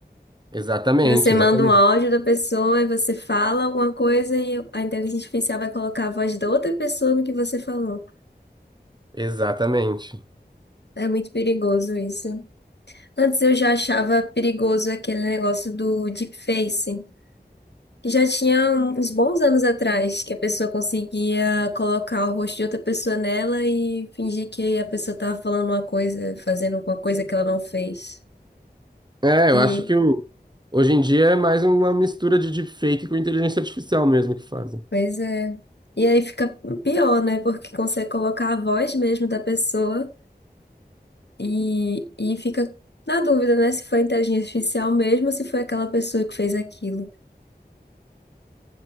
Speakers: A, on the right (about 25°); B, on the left (about 75°).
A: Exatamente,
B: Que você manda
A: exatamente.
B: um áudio da pessoa e você fala alguma coisa e a inteligência artificial vai colocar a voz da outra pessoa no que você falou.
A: Exatamente.
B: É muito perigoso isso. Antes eu já achava perigoso aquele negócio do deepfake. Já tinha uns bons anos atrás que a pessoa conseguia colocar o rosto de outra pessoa nela e fingir que a pessoa tava falando uma coisa, fazendo alguma coisa que ela não fez.
A: É,
B: Que,
A: eu acho que o- hoje em dia é mais uma mistura de deepfake com inteligência artificial mesmo que fazem.
B: pois é. E aí fica pior, né? Porque consegue colocar a voz mesmo da pessoa e, e fica na dúvida, né? Se foi inteligência artificial mesmo ou se foi aquela pessoa que fez aquilo.